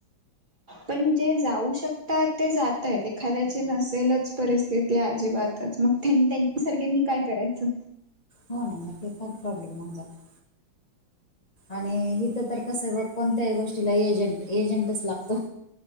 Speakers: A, on the right (about 40°); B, on the left (about 65°).
A: पण ते जाऊ शकतात ते जाताय एखाद्याची नसेलच परिस्थिती अजिबातच मग त्यांनी ते <inaudible> त्याच्या सारख्यांनी काय करायचं?
B: हो ना म ते फार प्रॉब्लेम होऊन जात आणि इथं तर कसं बग कोणत्याही गोष्टीला एजंट एजंटच लागतो.